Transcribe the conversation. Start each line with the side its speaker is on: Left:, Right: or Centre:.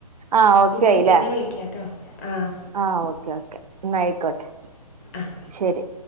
Right: ആഹ് ഓക്കെ
Left: പിന്നെ
Right: ആയില്ലേ
Left: പിന്നെ വിളിക്കാട്ടോ ആഹ്
Right: ആഹ്, ഓക്കെ ഓക്കെ എന്നായിക്കോട്ടെ.
Left: ആഹ്
Right: ശരി